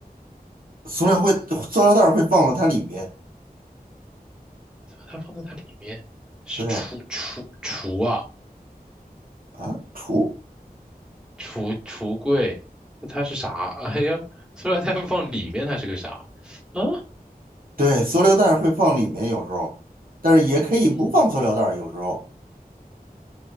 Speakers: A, on the right; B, in the centre.
A: 塑料会，塑料袋儿会放到它里面，
B: 塑料袋放在它里面，是橱橱橱啊，
A: 对。啊，除
B: 橱橱柜。那它是啥？<laughs> 哎呀，塑料袋放里面，它是个啥？啊，
A: 对，塑料袋儿会放里面有时候，但是也可以不放塑料袋儿有时候。
B: 嗯，